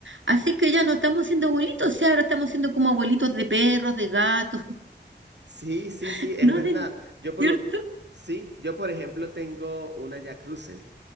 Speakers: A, on the right; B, on the right.
A: Así que ya no estamos siendo abuelitos, o sea, ahora estamos siendo como abuelitos de perros, de gatos,
B: Sí, sí,
A: <laughs>
B: sí, es
A: ¿no?
B: verdad.
A: De,
B: Yo por
A: ¿cierto?
B: lo, sí, yo por ejemplo tengo una Jack Russell.